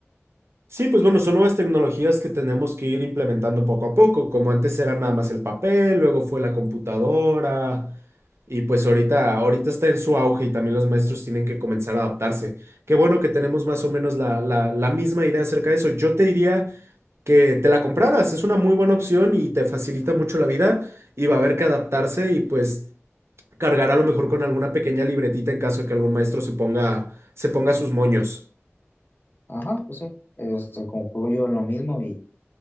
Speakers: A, on the right (about 70°); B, on the left (about 45°).
A: Sí, pues bueno, son nuevas tecnologías que tenemos que ir implementando poco a poco, como antes era nada más el papel, luego fue la computadora. Y pues ahorita, ahorita está en su auge y también los maestros tienen que comenzar a adaptarse. Qué bueno que tenemos más o menos la, la, la misma idea acerca de eso. Yo te diría que te la compraras, es una muy buena opción y te facilita mucho la vida y va a haber que adaptarse y pues cargar a lo mejor con alguna pequeña libretita en caso de que algún maestro se ponga, se ponga sus moños.
B: Ajá, pues sí, este, concluyo en lo mismo y